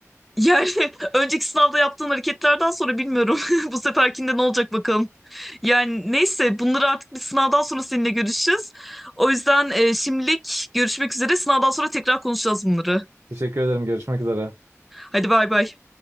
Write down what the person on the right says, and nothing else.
<laughs> Teşekkür ederim. Görüşmek üzere.